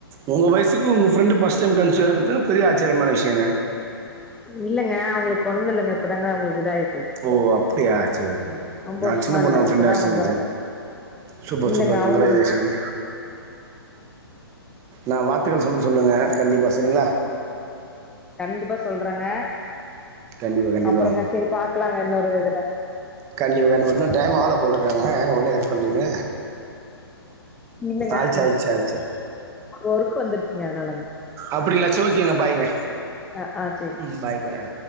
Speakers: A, on the right (about 20°); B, in the centre.
A: உங்க வயசுக்கு உங்க ஃப்ரெண்டு ஃபர்ஸ்ட் டைம் கன்சீவா இருக்கத்து பெரிய ஆச்சரியமான விஷ்யங்க
B: இல்லங்க அவுங்களுக்கு கொழந்த இல்லங்க இப்பதாங்க அவுங்களுக்கு இதாயிருக்கு
A: ஓ அப்டியா சேரி ஓகே ஓகே
B: ரொம்ப
A: நா
B: வருஷமா
A: சின்ன பொண்ணோட
B: இல்ல
A: ஃப்ரெண்டா
B: இப்பதா
A: ஆச்சூனு
B: கொஞ்சோ
A: நெனச்சே
B: அவங்க
A: சூப்பர்
B: இல்லங்க
A: சூப்பர் ர்
B: அவங்களு
A: கங்குராஜுலேஷன்ங்க
B: கொஞ்சோ
A: நா வாத்துக்கள் சொன்னேன் சொல்லுங்க கண்டிப்பா சேரிங்ளா
B: கண்டிப்பா சொல்றங்க
A: கண்டிப்பாக கண்டிப்பாக
B: அப்பறங்க சேரி பாக்கலாங்க இன்னொரு இதுல
A: கண்டிப்பா இன்னு டைம் ஆவ்ள போல்ருக்ங்க ஏங்க ஒடனே கட் பண்ணறீங்க
B: இல்லங்க
A: ஆயிச்சு
B: நீங்க
A: ஆயிச்சு ஆயிச்சு
B: ஒர்க் வந்துருச்சுங்க அதனாலங்க
A: அப்டிங்ளா சேர் ஓகேங்க பாய்ங்க
B: ஆ ஆ சேரி
A: ம் பாய் பாயா